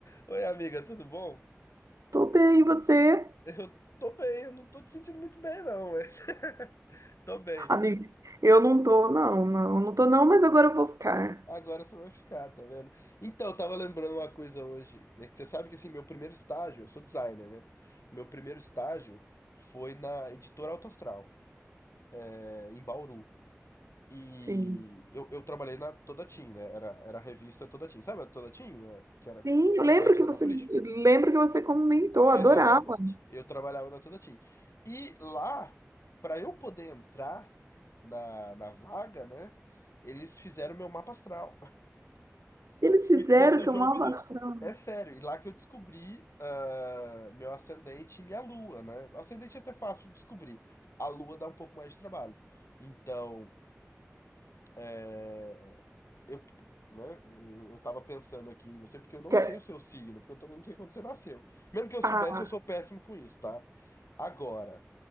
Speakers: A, on the left; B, on the right.
A: Oi, amiga, tudo bom?
B: Tô bem, e você?
A: Eu tô bem, eu não tô te sentindo muito bem, não, mas <laughs> tô bem.
B: Amigo, eu não tô, não, não, não tô não, mas agora eu vou ficar.
A: Agora você vai ficar, tá vendo? Então, eu tava lembrando uma coisa hoje. É que você sabe que, assim, meu primeiro estágio, eu sou designer, né? Meu primeiro estágio foi na editora Alto Astral, é, em Bauru. E
B: Sim.
A: eu, eu trabalhei na Todatim, né? Era, era a revista Todatim. Sabe a Todatim? eh, Que era
B: Sim, eu
A: concorrente
B: lembro que
A: da
B: você,
A: Capricho?
B: eu lembro que você comentou,
A: Exatamente.
B: adorava.
A: Eu trabalhava na Todati. E lá, para eu poder entrar na, na vaga, né? Eles fizeram meu mapa astral, <laughs>
B: Eles fizeram
A: porque é do
B: seu
A: João
B: malvação.
A: Bidu. É sério, e lá que eu descobri ah, meu ascendente e minha lua, né? O ascendente é até fácil de descobrir. A lua dá um pouco mais de trabalho. Então, eh, eu, né, eu, eu tava pensando aqui em você porque eu não
B: Que-
A: sei
B: é,
A: o seu signo, porque eu também não sei quando você nasceu. Mesmo que eu
B: Ah,
A: soubesse, eu sou péssimo com isso, tá? Agora,